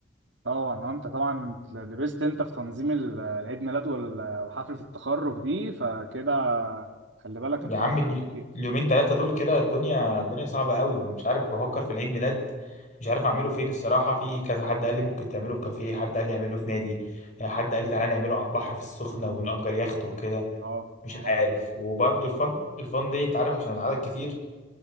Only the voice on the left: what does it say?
يا
عم الي-
اليومين ثلاثة دول كده الدنيا الدنيا صعبة قوي مش عارف بفكر في العيد ميلاد مش عارف اعمله فين الصراحة في كذا حد قال لي ممكن تعمله في كافيه حد قال لي اعمله في نادي حد قال لي تعالى نعمله على البحر في السخنة ونأجر يخت وكده
مش
عارف وبرضه الفن الفن دي انت عارف عشان العدد كتير